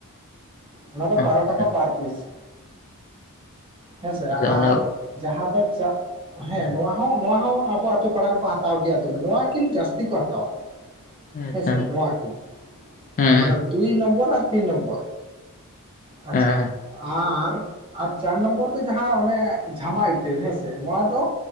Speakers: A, on the right; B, on the left.
A: ᱚᱱᱟ ᱫᱚ
B: ᱟᱪᱪᱷᱟ
A: ᱵᱟᱨᱚ ᱴᱟᱠᱟ ᱯᱟᱨ ᱯᱤᱥ᱾ ᱦᱮᱸᱥᱮ
B: ᱟᱪᱪᱷᱟ ᱚᱱᱟ
A: ᱟᱨ ᱡᱟᱦᱟᱸ ᱫᱚ ᱪᱟᱜ ᱦᱮᱸ ᱱᱚᱣᱟ ᱦᱚᱸ ᱱᱚᱣᱟ ᱦᱚᱸ ᱟᱵᱚ ᱟᱛᱳ ᱯᱟᱲᱟ ᱨᱮᱠᱚ ᱦᱟᱛᱟᱣ ᱜᱮᱭᱟ ᱫᱚᱢᱮ ᱱᱚᱣᱟ ᱠᱤᱱ ᱡᱟᱹᱥᱛᱤ ᱠᱚ ᱦᱟᱛᱟᱣᱟ᱾
B: <inaudible>
A: ᱦᱮᱸᱥᱮ
B: ᱦᱩᱸ
A: ᱱᱚᱶᱟ ᱠᱤᱱ,
B: ᱦᱩᱸ
A: ᱢᱟᱱᱮ ᱫᱩᱭ ᱱᱚᱢᱵᱚᱨ ᱟᱨ ᱛᱤᱱ ᱱᱚᱢᱵᱚᱨ᱾ ᱟᱪᱪᱷᱟ
B: ᱦᱮᱸ ᱦᱮᱸ
A: ᱟᱨ ᱟᱨ ᱪᱟᱨ ᱱᱚᱢᱵᱚᱨ ᱫᱚ ᱡᱟᱦᱟᱸ ᱚᱱᱮ ᱡᱷᱟᱢᱟ ᱤᱴᱟᱹ ᱦᱮᱸᱥᱮ ᱱᱚᱣᱟ ᱫᱚ᱾